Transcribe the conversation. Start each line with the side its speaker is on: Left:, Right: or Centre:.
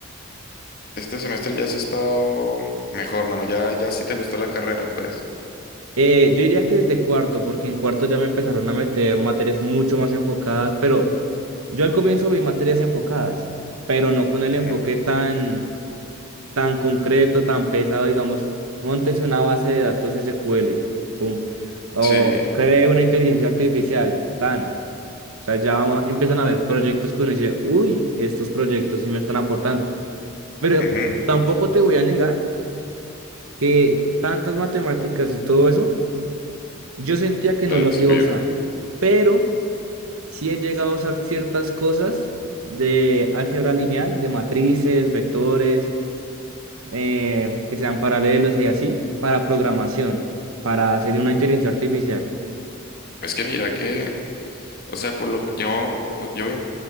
Left: este semestre ya has estado mejor, mano. Ya, ya sí te gustó la carrera, pues.
Right: eh, yo diría que desde cuarto, porque en cuarto ya me empezaron a meter materias mucho más enfocadas, pero yo al comienzo vi materias enfocadas, pero no con el
Left: Ujú.
Right: enfoque tan, tan concreto, tan pesado, digamos, móntese una base de datos SQL, pum, o
Left: Sí.
Right: cree una inteligencia artificial, tan. O sea, ya empiezan a haber proyectos que uno dice, uy, estos proyectos sí me están aportando. Pero
Left: Ujú.
Right: tampoco te voy a negar que tantas matemáticas y todo eso, yo sentía que no
Left: Te
Right: las
Left: sirvió.
Right: iba a usar. Pero sí he llegado a usar ciertas cosas de álgebra lineal, de matrices, vectores, eh, que sean paralelos y así, para programación, para hacer una inteligencia artificial.
Left: Es que mira que, o sea, por lo que yo, yo voy en